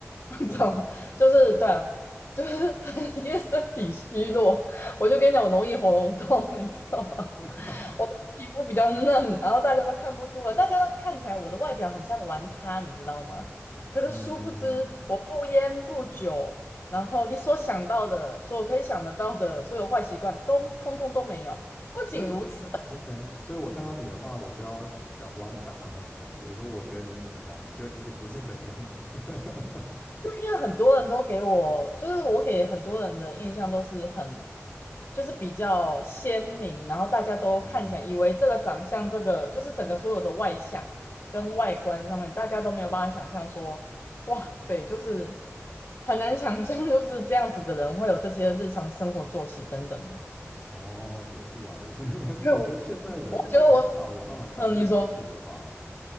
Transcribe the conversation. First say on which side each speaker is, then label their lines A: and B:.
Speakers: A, on the left (about 55°); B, on the left (about 25°).
A: <laughs> 你知道吗？
B: 哇，
A: 就是对啊，就是 <laughs> 因为身体虚弱，我就跟你讲，我容易喉咙痛，你知道吗？
B: <laughs>
A: <laughs> 皮肤比较嫩，然后大家都看不出来，大家都看起来我的外表很像玩咖，你知道吗？可是殊不知，
B: 嗯，
A: 我不烟不酒，然后你所想到的，所有可以想得到的所有坏习惯，都通通都没有。不仅如此，
B: 所以 OK，所以我看到你的话，我就要想往反方向想。比如说，我觉得你是怎样，你就一定不是怎样。<laughs>
A: 因为很多人都给我，就是我给很多人的印象都是很，就是比较鲜明，然后大家都看起来以为这个长相，
B: 嗯，
A: 这个就是整个所有的外向跟外观上面，大家都没有办法想象说，哇塞，就是很难想象，就是这样子的人会有这些日常生活作息等等的。
B: 哦，也是啦，也是。<laughs>
A: <laughs> 就，
B: 我觉得现在人很少有办法早睡早起了吧？
A: 我我觉得我，嗯，你说，